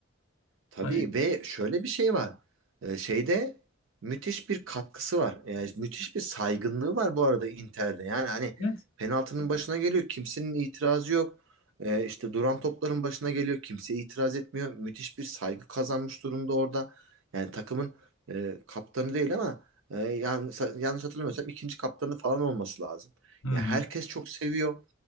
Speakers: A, on the right; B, on the left.
A: Tabii
B: Hani
A: ve şöyle bir şey var. Ee, şeyde müthiş bir katkısı var. Yani müthiş bir saygınlığı var bu arada Inter'de. Yani hani
B: net.
A: penaltının başına geliyor kimsenin itirazı yok. Ee, işte duran topların başına geliyor kimse itiraz etmiyor. Müthiş bir saygı kazanmış durumda orada. Yani takımın e, kaptanı değil ama e, yani sa- yanlış hatırlamıyorsam ikinci kaptanı falan olması lazım.
B: Hı hı.
A: Ya herkes çok seviyor.